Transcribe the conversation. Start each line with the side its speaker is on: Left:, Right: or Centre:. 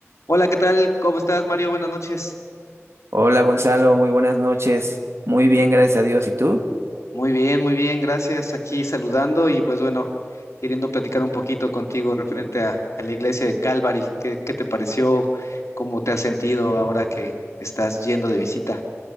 Left: Hola, ¿qué tal? ¿Cómo estás, Mario? Buenas noches.
Right: Hola Gonzalo, muy buenas noches. Muy bien, gracias a Dios. ¿Y tú?
Left: Muy bien, muy bien, gracias. Aquí saludando y pues bueno, queriendo platicar un poquito contigo referente a, a la iglesia de Calvary. ¿Qué, qué te pareció? ¿Cómo te has sentido ahora que estás yendo de visita?